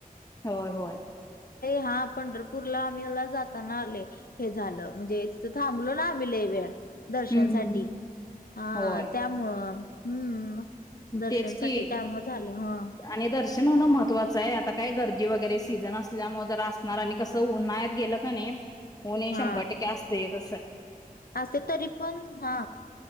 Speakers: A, on the left; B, on the left.
A: होय होय.
B: हा पंढरपूरला आम्हीला जाताना लय हे झालं म्हणजे तिथं थांबलो ना आम्ही लय वेळ. दर्शनसाठी
A: हम्म हम्म
B: अआ
A: होय
B: त्यामुळं हम्म. दर्शनसाठी
A: तेच कि
B: त्यामुळे झालं हा
A: आणि दर्शन होणं महत्वाचंय आता काय गर्दी वगैरे स सीजन असल्यामुळं जरा असणार आणि कसं उन्हाळत गेलं क नाई ऊन हे शंभर
B: हा
A: टक्के असतयचं.
B: असे तरी पण हा